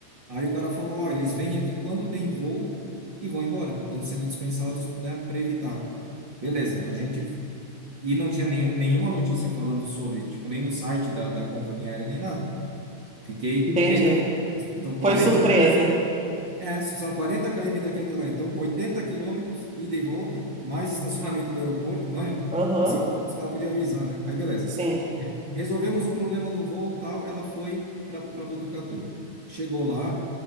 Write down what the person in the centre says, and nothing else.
entendi.
Foi surpresa.
Aham,
sim.